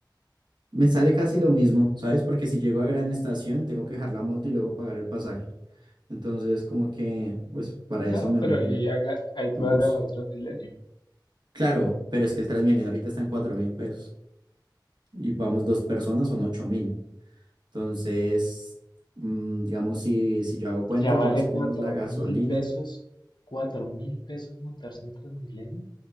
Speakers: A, on the right (about 65°); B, on the left (about 70°).
A: Me sale casi lo mismo, ¿sabes? Porque si llego a Gran Estación, tengo que dejar la moto y luego pagar el pasaje. Entonces, como que, pues para
B: No,
A: eso me
B: pero
A: voy
B: ahí,
A: en,
B: haga- ahí puede
A: en bus.
B: agarrar el Transmilenio.
A: Claro, pero es que el Transmilenio ahorita está en 4 mil pesos y vamos dos personas, son ocho mil. Entonces, mm, digamos, si, si yo hago cuentas,
B: Ya vale
A: más o
B: cuatro
A: menos la gasolina,
B: mil pesos. ¿Cuatro mil pesos montarse en Transmilenio?